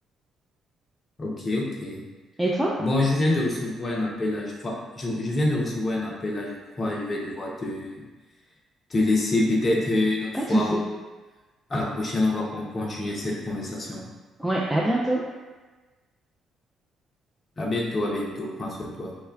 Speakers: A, on the left; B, in the centre.
A: Ok, ok.
B: Et toi?
A: Bon, je viens de recevoir un appel là, je crois. Je, je viens de recevoir un appel là, je crois. Je vais devoir te, te laisser peut-être euh, une autre
B: Pas
A: fois
B: de souci.
A: ou à la prochaine, on va con- continuer cette conversation.
B: Ouais, à bientôt.
A: À bientôt, à bientôt. Prends soin de toi.